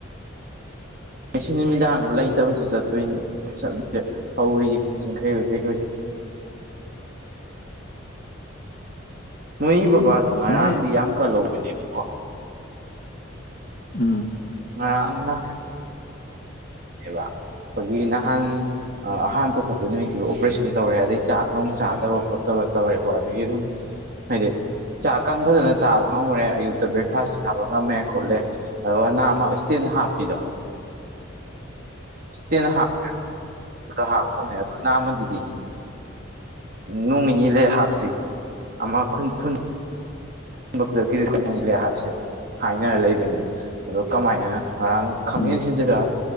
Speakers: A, on the right; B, on the left.
A: ꯉꯁꯤ ꯅꯨꯃꯤꯗꯥꯡ ꯂꯩꯇꯕꯁꯨ ꯆꯠꯇꯣꯏꯅꯤ ꯆꯠꯂꯁꯦ ꯍꯧꯔꯤꯒꯦ ꯆꯤꯡꯈꯩ ꯍ ꯀꯔꯤꯈꯩ
B: <inaudible>
A: ꯅꯣꯏꯒꯤ ꯕꯕꯥꯗꯣ ꯉꯔꯥꯡꯗꯤ
B: ꯃꯣꯏ
A: ꯌꯥꯝ ꯀꯜꯍꯧꯕꯅꯦꯕꯀꯣ
B: ꯎꯝ
A: ꯉꯥꯡꯅ
B: <inaudible>
A: ꯑꯦꯕ ꯑꯩꯈꯣꯏꯒꯤ ꯅꯍꯥꯟ ꯑꯍꯥꯟ ꯄꯨꯈꯠꯄ ꯅꯨꯃꯤꯠꯇꯨ ꯑꯣꯄꯔꯦꯁꯟ ꯇꯧꯔꯦ ꯑꯗꯩ ꯆꯥꯛ ꯅꯨꯡꯣꯡ ꯆꯥꯗꯕ ꯈꯣꯠꯇꯕ ꯍꯣ ꯑꯩ ꯑꯗꯨꯝ ꯃꯗꯤ ꯆꯥꯛ ꯀꯪ ꯐꯖꯅ ꯆꯥꯕ ꯉꯝꯃꯨꯔꯦ ꯑꯌꯨꯛꯇ ꯕ꯭ꯔꯦꯛꯐꯥꯁ ꯆꯥꯕ ꯉꯝꯃꯦ ꯈꯣꯠꯂꯦ ꯑꯗꯨꯒ ꯅꯅꯥꯃ ꯏꯁꯇꯦꯟ ꯍꯥ ꯍꯥꯤꯗꯣ ꯏꯁꯇ ꯍꯥꯞꯈ꯭ꯔꯕꯅꯦ ꯑꯗꯨ ꯅꯅꯥꯃꯗꯨꯗꯤ ꯅꯣꯡ ꯅꯤꯅꯤꯤ ꯂꯩ ꯍꯥꯞꯁꯤ ꯑꯃ ꯐꯟ ꯑ ꯈꯨꯗꯛꯀꯤꯗꯤ ꯀꯂꯦ ꯍꯥꯏꯕꯁꯤꯗ ꯍꯥꯏꯅꯔ ꯂꯩꯕꯅꯦꯕ ꯑꯗꯣ ꯀꯃꯥꯏꯅ ꯉꯔꯥꯡ ꯈꯪ
B: ꯎꯝ
A: ꯍꯦꯟ ꯍꯦꯟꯖꯔ